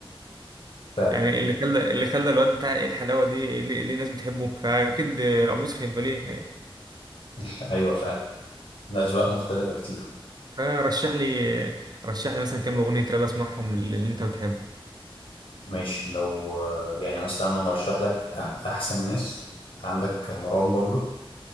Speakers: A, on the left; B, on the right.
A: فعلا
B: يعني اللي خلى اللي خلى الواد بتاع ايه الحلاوه دي ليه ليه الناس بتحبه فاكيد آه، ابو يوسف هيبقى ليه
A: <laughs> أيوه فعلا الأذواق مختلفة كتير
B: فرشح لي رشح لي مثلا كام اغنيه راب اسمعهم اللي انت بتحبه
A: ماشي لو يعني مثلا أنا هرشح لك أح- أحسن ناس عندك مروان بابلو